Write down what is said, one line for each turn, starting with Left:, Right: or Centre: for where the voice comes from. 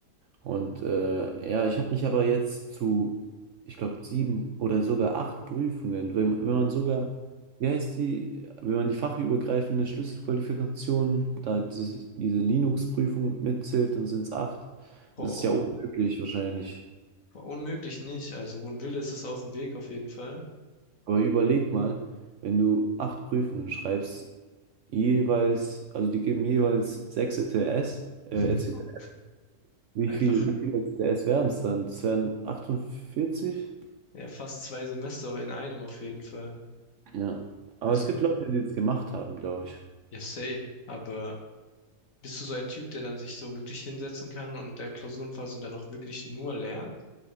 Right: Und äh, ja, ich habe mich aber jetzt zu, ich glaube, sieben oder sogar acht Prüfungen, wenn, wenn man sogar, wie heißt die, wenn man die fachübergreifende Schlüsselqualifikation, da diese, diese Linux-Prüfung mitzählt, dann sind es acht.
Left: Boah,
Right: Das ist ja unmöglich wahrscheinlich.
Left: boah, unmöglich nicht. Also wo ein Wille ist, ist auch ein Weg auf jeden Fall.
Right: Aber überleg mal, wenn du acht Prüfungen schreibst, jeweils, also die geben jeweils sechs E T S äh,
Left: <laughs>
Right: ECTS Wie
Left: Einfach,
Right: viel, wie viel jetzt- es wären es dann? Es wären 48?
Left: ja, fast zwei Semester in einem auf jeden Fall.
Right: Ja. Aber
Left: Also,
Right: es gibt Leute, die es gemacht haben, glaube ich.
Left: ja, safe. Aber Bist du so ein Typ, der dann sich so wirklich hinsetzen kann und der Klausurenphase dann auch wirklich nur lernt?